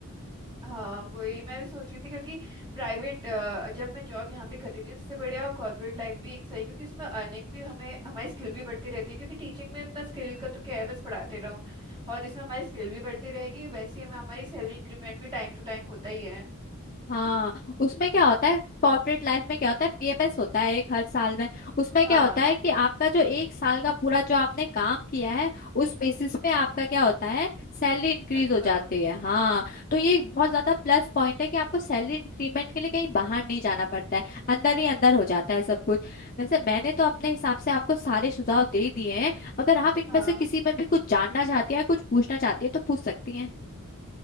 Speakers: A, on the right (about 20°); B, on the left (about 40°).
A: हाँ वही मैं भी सोच रही थी क्योंकि प्राइवेट जब मैं जॉब यहाँ पे कर रही थी उससे बढ़िया कॉर्पोरेट लाइफ भी एक सही है, क्योंकि उसमें अर्निंग भी हमें हमारी स्किल भी बढ़ती रहती है क्योंकि टीचिंग में उतना स्किल का तो क्या है बस पढ़ाते रहो और इसमें हमारी स्किल भी बढ़ती रहेगी वैसे ही हमें हमारी सैलरी इंक्रीमेंट भी टाइम टू टाइम होता ही है
B: हाँ उसमें क्या होता है कॉर्पोरेट लाइफ में क्या होता है पीएमएस होता है एक हर साल में उसमें
A: हाँ
B: क्या होता है कि आपका जो एक साल का पूरा जो आपने काम किया है उस बेसिस पे आपका क्या होता है सैलरी इंक्रीज
A: अच्छा
B: हो जाती है हाँ तो ये एक बहुत ज्यादा प्लस पॉइंट है कि आपको सैलरी इंक्रीमेंट के लिए कहीं बाहर नहीं जाना पड़ता है अंदर ही अंदर हो जाता है सब कुछ वैसे मैंने तो अपने हिसाब से आपको सारे सुझाव दे दिए हैं अगर आप इनमें
A: हाँ
B: से किसी में भी कुछ जानना चाहती हैं कुछ पूछना चाहती हैं तो पूछ सकती हैं